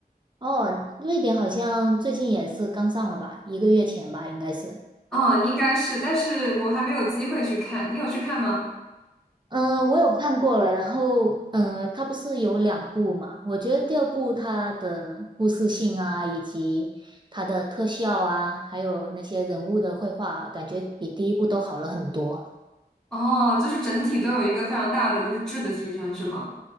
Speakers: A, on the right; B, in the centre.
A: 哦，瑞典好像最近也是刚上了吧？一个月前吧，应该是。
B: 嗯，应该是，但是我还没有机会去看。你有去看吗？
A: 嗯、我有看过了。然后，嗯、呃它不是有两部嘛？我觉得第二部它的故事性啊，以及它的特效啊，还有那些人物的绘画，感觉比第一部都好了很多。
B: 哦，就是整体都有一个非常大的就是质的提升，是吗？